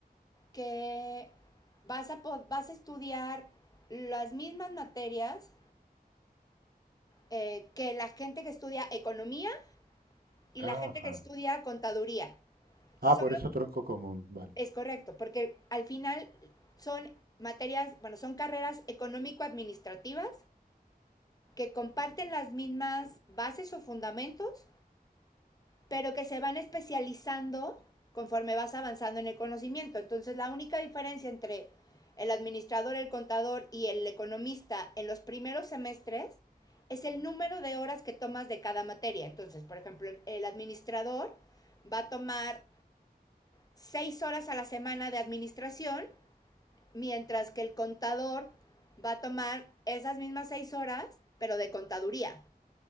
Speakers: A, on the left; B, on the right.
A: que vas a, vas a estudiar las mismas materias eh, que la gente que estudia economía y la
B: Ajá.
A: gente que estudia contaduría.
B: Ah,
A: Solo
B: por eso tronco común, vale.
A: es correcto, porque al final son materias, bueno, son carreras económico-administrativas que comparten las mismas bases o fundamentos, pero que se van especializando conforme vas avanzando en el conocimiento. Entonces, la única diferencia entre el administrador, el contador y el economista en los primeros semestres es el número de horas que tomas de cada materia. Entonces, por ejemplo, el administrador va a tomar seis horas a la semana de administración, mientras que el contador va a tomar esas mismas seis horas, pero de contaduría.